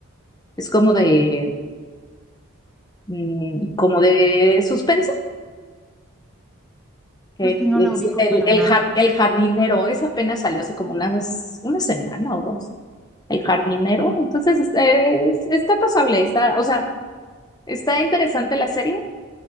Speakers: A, on the left (about 20°); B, in the centre.
A: Es como de, mm, como de suspenso. que
B: Esa sí no
A: es
B: la ubico
A: el,
B: para
A: el,
B: nada,
A: jar- el jardinero, esa apenas salió hace como unas, una semana o dos. el jardinero. Entonces, es- es- está pasable, está, o sea, está interesante la serie